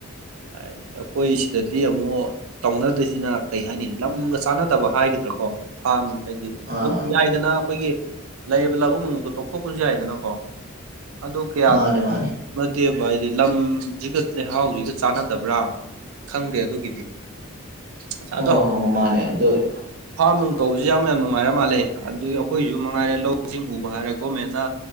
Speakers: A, on the right; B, on the right.
A: ꯑꯩꯈꯣꯏ ꯁꯤꯗꯗꯤ ꯑꯃꯨꯛ ꯇꯧꯅꯗꯣꯏꯁꯤꯅ ꯀꯩ ꯍꯥꯏꯅꯤ ꯂꯝꯒ ꯆꯥꯟꯅꯗꯕ ꯍꯥꯏꯒꯗ꯭ꯔꯥꯀꯣ ꯐꯥꯝ ꯍꯥꯏꯗꯤ
B: ꯑꯥ
A: ꯑꯗꯨꯝ ꯌꯥꯏꯗꯅ ꯑꯩꯈꯣꯏꯒꯤ ꯂꯩꯔꯤꯕ ꯂꯧꯕꯨꯛ ꯅꯨꯡꯃꯨꯛꯇꯣ ꯇꯣꯛꯊꯣꯛꯄꯁꯨ ꯌꯥꯏꯗꯅꯀꯣ ꯑꯗꯨꯗ ꯀꯌꯥ
B: ꯃꯥꯅꯦ ꯃꯥꯅꯦ
A: ꯅꯠꯇꯦꯕ ꯑꯩꯗꯤ ꯂꯝꯁꯤꯒ ꯂꯩꯍꯥꯎꯁꯤꯒ ꯆꯥꯟꯅꯗꯕ꯭ꯔꯥ ꯈꯪꯗꯦ ꯑꯗꯨꯒꯤꯗꯤ ꯑꯁ
B: ꯑꯣ
A: ꯑꯗꯣ
B: ꯍꯣ ꯃꯥꯅꯦ ꯑꯗꯨꯗ
A: ꯐꯥꯔꯝ ꯅꯨꯡ ꯇꯧꯕꯁꯤꯦ ꯌꯥꯝ ꯌꯥꯝ ꯅꯨꯡꯉꯥꯏꯔ ꯃꯥꯜꯂꯦ ꯑꯗꯒꯤ ꯑꯩꯈꯣꯏꯁꯨ ꯃꯉꯥꯏꯔꯦ ꯂꯧꯁꯤꯡ ꯎꯕ ꯍꯥꯏꯔꯒ ꯒꯣꯔꯃꯦꯟꯅ